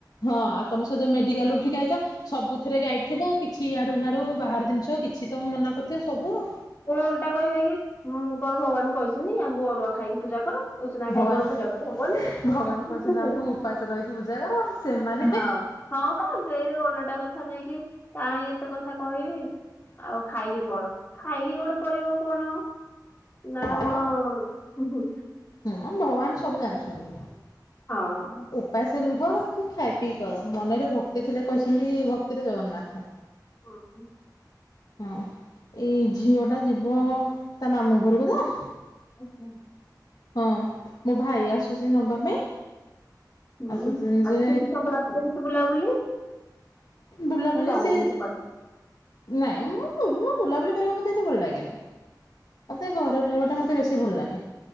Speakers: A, on the left (about 60°); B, on the left (about 25°).
A: ହଁ ଆଉ ତମେ ସହଜରେ ମେଡିକାଲ ରୁ ଉଠିକି ଆଇଛ। ସବୁଥିରେ ଗାଇଥିବ କିଛି ଇଆଡ଼ୁ ହିଆଡ଼ୁ ବାହାର ଜିନିଷ କିଛି ତ ମନା କରିଥିବେ ସବୁ ଆଉ।
B: ପୁଣି ଓଲଟା କହିବେ କି ଉଁ କଣ ଭଗବାନ କହିଛନ୍ତି ଆମକୁ ଅରୁଆ ଖାଇକି ପୂଜା କର। ଉଶୁନା
A: ଭଗବାନ
B: ଖାଇକି କଣ ପୂଜା କରି ହବନି?
A: ଭଗବାନ
B: ହୁଁ
A: କହିଛନ୍ତି
B: ହୁଁ ହୁଁ
A: ଆମକୁ
B: ହୁଁ
A: ଉପାସ ରହିକି ପୂଜା କର ସେମାନେ
B: ହଁ। ହଁ ପା ସେଇ ଓଲଟା କଥା ନେଇକି କାହିଁ ଏତେ କଥା କହିବି। ଆଉ ଖାଇକି କର। ଖାଇକି ଗୋଟେ କରିବ କଣ ନା
A: ହଁ
B: କଣ।
A: ଆ ଭଗବାନ ସବୁ ଜାଣିଛନ୍ତି।
B: ହଁ।
A: ଉପାସ ରୁହ କି ଖାଇ ପିଇ କର ମନରେ ଭକ୍ତି ଥିଲେ କହିଛନ୍ତି ଭକ୍ତିରେ ଜଗନ୍ନାଥ।
B: ହଁ।
A: ହଁ ଏଇ ଝିଅ ଟା ଯିବ ତା ମାମୁଁ ଘରକୁ ତ।
B: ଓ ହୋ।
A: ହଁ ମୋ ଭାଇ ଆସୁଛି ନବା ପାଇଁ।
B: ହୁଁ
A: ଆସୁଛନ୍ତି ଯେ
B: ଆଜି କିଛି ତାଙ୍କ ରାସ୍ତ ଅଛି ବୁଲାବୁଲି।
A: ବୁଲାବୁଲି
B: ଯାଉଛନ୍ତି
A: ସେ
B: କୁଆଡ଼େ।
A: ନାଇଁ ମୁଁ ତୁ ରୁ ବୁଲାବୁଲି କରିବାକୁ ମତେ ଏତେ ଭଲ ଲାଗେନି। ମୋତେ ଘରେ ରହିବାଟା ମୋତେ ବେଶୀ ଭଲ ଲାଗେ।